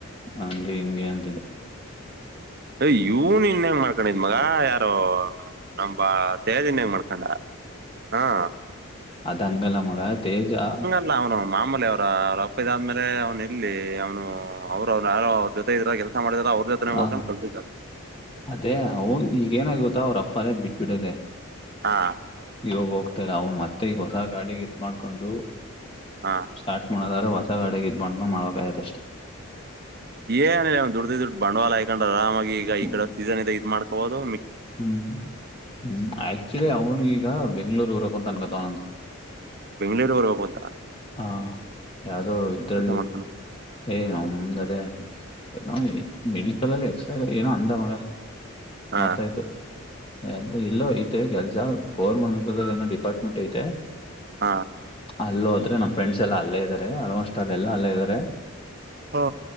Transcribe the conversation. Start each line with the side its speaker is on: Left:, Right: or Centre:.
Left: ಹಂಗೆ ಹಿಂಗೆ ಅಂತಿದ್ದು
Right: ಯ ಇವನ್ ಇವ್ನ ಹೆಂಗ್ ಮಾಡ್ಕೊಂಡಿದ್ ಮಗ ಯಾರೋ ನಂಬ ದಹದನ್ ಹೆಂ ಮಾಡ್ಕೊಂಡ ಹಾಂ
Left: ಅದಂಗಲ ಮುಗ ತೇಜಾ
Right: ಅಲ್ಲ ಅವನು ಮಾಮೂಲಿ ಅವರ ಅವ್ರ ಅಪ್ಪ ಇದಾದ್ಮೇಲೆ ಅವನು ಎಲ್ಲಿ ಅವನು ಅವ್ ಅವ್ ಯಾರ ಅವ ಜೊ ಇದಾರ ಕೆಲಸ ಮಾಡಿದಾರ ಅವ್ರ ಜೊತೆನೇ
Left: ಹ
Right: ಮಾಡ ಕತ
Left: ಅದೇ ಅವ್ ಈಗ ಏನ ಆಗತ್ತ ಅವ್ರಪ್ಪನೇ ಬಿಟ್ಬಿಡದೆೇ
Right: ಹಾಂ
Left: ಇವ ಹೋಗ್ತರ ಅವನು ಮತ್ತೆ ಈಗ ಹೊಸ ಗಾಡಿಗಿತ್ಡ್ಕೊಂಡು
Right: ಹಾ
Left: ಸ್ಟಾರ್ಟ್ ಮಾಡದ್ರೆ ಹೊಸಗಡೆಗೆ ಇದ್ ಬ್ಕೊಂಡ್ ಮಾಡಬೇಕ ಆ್ತ ಅಷ್ಟೆ
Right: ಏನ ದುಡ್ಡ್ದ ದುಡ್ ಬಂಡವಾಳ ಹಯ್ಕೊಂಡ್ರ ಆರಾಮಾಗಿ ಈಗ
Left: ಹ್ಮ್
Right: ಈ ಕಡೆ ಸೀಸನ್ ಇದದೆ ಇದ ಮಾಡ್ಕೋಬಹದು
Left: ಹ್ಮ್ ಹ್ಮ್ ಆಕ್ಚುಲಿ ಅವ್ನು ಈಗ ಬೆಂಗ್ಳೂರು ಊರಕ್ತ ಅನ್ಕತ ಆನಂದ
Right: ಬೆಂಗ್ಳೂರುವರು ಹೋಗಬೋದಾ
Left: ಹ ಯಾವ್ದೋ ಇದ್ರಲ್ಲಿ
Right: ಮಾಡ್ತಾನ
Left: ಏ ಒಂದರೆ ನಗೆ ಮೆಡಿಕಲಲ್ಲಿ ಎಕ್ಸ ಏನೋ ಅಂದವಾಗ
Right: ಹಾ
Left: ಮರ್ತಾ ಹೋಯಿತು ಎ ಇಲ್ಲೋ ಐತೆ ಕೆಲ್ಸ ಗೋರ್ಮೆಟ್ ಏನೋ ಡಿಪಾರ್ಟ್ಮೆಂಟ್ ಐತೆ
Right: ಹಾ
Left: ಅಲ್ಲ ಹೋದ್ರೆ ನಮ್ಮ ಫ್ರೆಂಡ್ಸ್ ಎಲ್ಲ ಅಲ್ಲೇ ಇದ್ದಾರೆ ಆಲ್ಮೋಸ್ಟ್ ಅಲ್ಲೆಲ್ಲ ಅಲ್ಲೇ ಇದ್ದಾರೆ
Right: ಹಾ